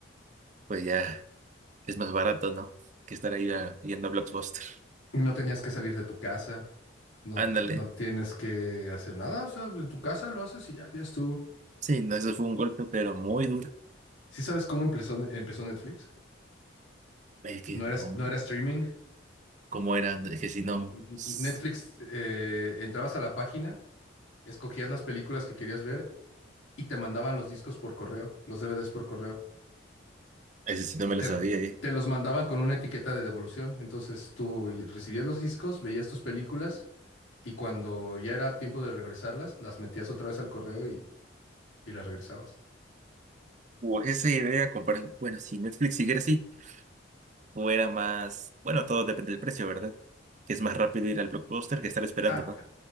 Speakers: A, on the right; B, on the left.
A: pues ya. Es más barato, ¿no? Que estar ahí a- yendo a Blockbuster.
B: No tenías que salir de tu casa, no,
A: Ándale.
B: te- no tienes que hacer nada, o sea, en tu casa lo haces y ya, ya estuvo.
A: Sí, no, eso fue un golpe, pero muy duro.
B: ¿Sí sabes cómo empezó, empezó Netflix?
A: Es que
B: No
A: no,
B: era, no era streaming.
A: ¿cómo era? Es que si no,
B: N-
A: s-
B: Netflix, eh, entrabas a la página, escogías las películas que querías ver y te mandaban los discos por correo, los DVDs por correo.
A: ese sí no me
B: Te,
A: lo sabía, ¿eh?
B: te los mandaban con una etiqueta de devolución, entonces tú y- recibías los discos, veías tus películas y cuando ya era tiempo de regresarlas, las metías otra vez al correo y, y las regresabas.
A: O esa idea, comparar, bueno, si Netflix siguiera así, o era más, bueno, todo depende del precio, ¿verdad? Que es más rápido ir al Blockbuster que estar esperando,
B: Ah,
A: ¿no?